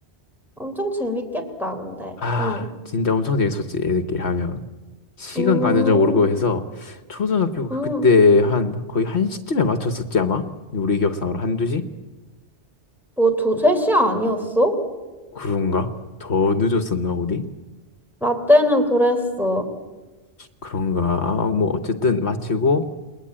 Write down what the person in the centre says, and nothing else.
엄청 재밌겠다 근데.
응.
음.
음.
뭐 두세 시 아니었어?
라떼는 그랬어.